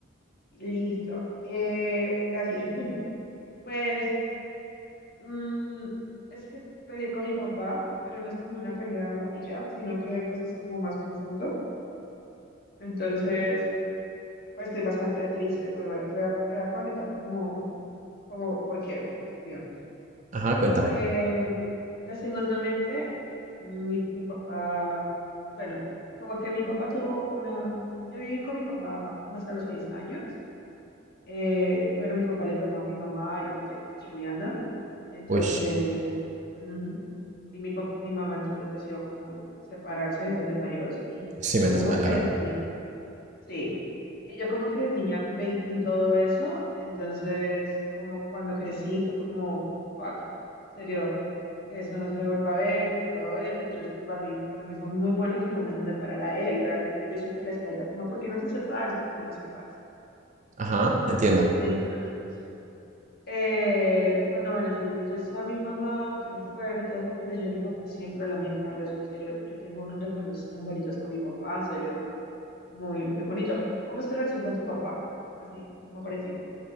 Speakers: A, on the left; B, on the right.
A: Listo. Eh, gracias. <laughs> Pues, mm, es que peleé con mi papá, pero no es como una pelea y ya, sino que pues es como más profundo. Entonces, pues estoy bastante triste. Pues bueno, te voy a, te voy a comentar como, como por qué pues peleamos.
B: Ajá, cuéntame.
A: Eh, lastimosamente, mi, mi papá, bueno, como que mi papá tuvo una, yo viví con mi papá como hasta los seis años, eh, pero mi papá le pegaba a mi mamá y lo mantenía cachoneando, entonces,
B: Uy,
A: ujú, y mi, pap- mi mamá entonces decidió como separarse, gracias a Dios, y
B: sí,
A: yo
B: menos
A: como
B: mal,
A: que
B: la verdad.
A: desde niña, sí. Y yo como que de niña vi, vi todo eso, entonces como cuando crecí fue como, fuck, en serio, que eso no se vuelva a ver y todo eso, entonces pues para mí, para mí fue muy bueno que mi mamá se separara de él, realmente yo siempre le decía a ella como, ¿por qué no te separas? ¿Por qué no te separas?
B: Ajá, entiendo.
A: Entonces, eh, cuando, bueno, yo, yo, yo estaba mi mamá súper fuerte y todo eso, pero yo a mi papá siempre la amé, Carlos, en serio. Yo tengo unos recuerdos tan bonitos con mi papá, en serio. es Muy, muy bonito. ¿Cómo es tu relación con tu papá? Así, como por encima.